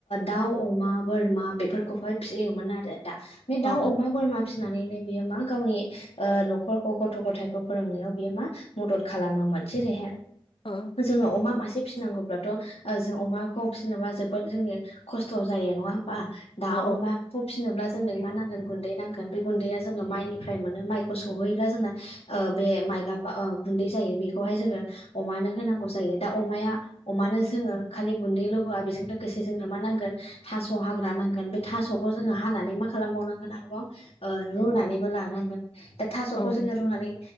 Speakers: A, on the left; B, on the left.
A: दाउ
B: औ
A: अमा बोरमा बेफोरखौहाय फियोमोन आरो दा बे
B: औ
A: दाउ अमा बोरमा फि नानैनो बियो मा गावनि न'खरखौ गथ' गथायखौ फोरोंनायाव बियो मा मदद खालामोमोन जेरैहाय
B: औ
A: जोंङो अमा मासे फिनांगौब्लाथ' जों अमाखौ फिनोबा जोबोद जोङो खस्थ' जायो नङा होमबा? दा
B: औ
A: अमा खौ फिनोब्ला जोंनो मा नांगोन गुन्दै नांगोन बे गुन्दैया जोङो माइनिफ्राय मोनो माइखौ सौहैयोब्ला जोंना ओ बे माइ गाब गुन्दै जायो बेखौहाय जोङो अमानो होनांगौ जायो दा अमाया अमानो जोङो खालि गुन्दैल' होआ बेजों लोगोसे जोंनो मा नांगोन थास' हाग्रा नांगोन बे थास'खौ जोङो हानानै मा खालामबावनां गोन आरोबाव ओ रुनानैबो लानांगोन दा थास'खौ
B: औ
A: जोङो रुनानै